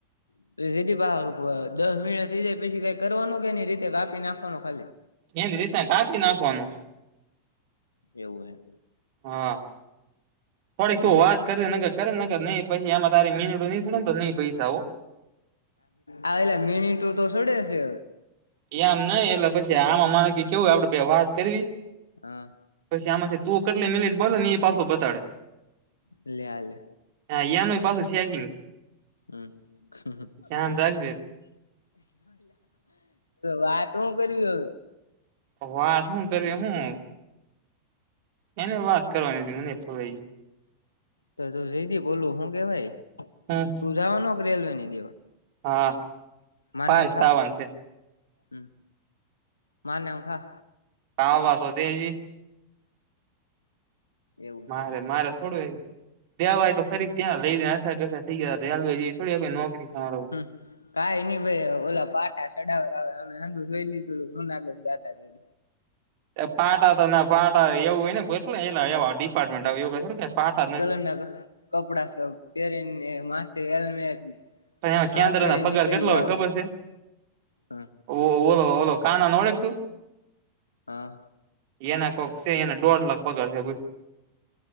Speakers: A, on the left; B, on the right.
A: <inaudible> દહ મિનિટ થઈ જાય પછીકાઈ કરવાનું એની રીતે કરવાનું કાપી નાખવાનું ખાલી,
B: એની રીત ના કાફી નાખવા નું.
A: એવું હૈ.
B: હા થોડીક
A: પછી
B: તું વાત કર જે નકર કરે નકર નહી પછી એમાં તારે મીનીટો નહી થશે ને તો નહીં પૈસા ઓ
A: આ એલા મિનિટો તો ચડે શે હવે,
B: એ આમ નઈ એટલે પછી આમાં માને કે કેવું આપડે બે વાત કરવી
A: હા
B: પછી આમાંથી તું કેટલી મિનિટ બોલો ને એ પાછો બતાડે.
A: લે આલે
B: હા યા નું પાછું ચેકિંગ
A: હમ
B: ધ્યાન રાખજે
A: વાત હું કરવી હવે
B: વાત શું કરી હું એને વાત કરવાની હતી મનેય ભૂલાય ગયુ
A: તો તું જીધી બોલું શું કેવાય
B: હમ
A: જવા નો કે રેલવે ની દેવા
B: હા
A: માં
B: પાય
A: ના હમ ખા
B: સાવન છે
A: હમ માં ના હમ ખા
B: આવા તો દે ઈ
A: એવું
B: મારે
A: છે
B: મારે થોડું એ દેવાય તો ખરી ત્યાં લઈ અથા ગથા થઈ ગયા રેલવે જેવી થોડી નોકરી તમારો
A: હમ્મ કાઈ નઈ ભાઈ ઓલા પાટા સડાવર આવે અમેંધુ જોઈ લીધું જુનાગઢ જતા ત્યારે
B: એ પાટા તો ના પાટા એવું હોય ને એટલે એલા એવા ડિપાર્ટમેન્ટ આવે એવું થોડી પાટા નહી
A: નાગ <unintelligible> કપડા સ પહેરીને માથે હેલ્મેટ ને
B: અહીંયા કેન્દ્રના
A: હા પેરી
B: પગાર
A: નીકળી
B: કેટલા
A: જવાનું
B: હોય ખબર છે
A: હ
B: ઓ ઓલો ઓલો કાનાને ઓળખ તું
A: હા
B: એના કોક છે એને દોઢ લાખ પગાર છે બોલ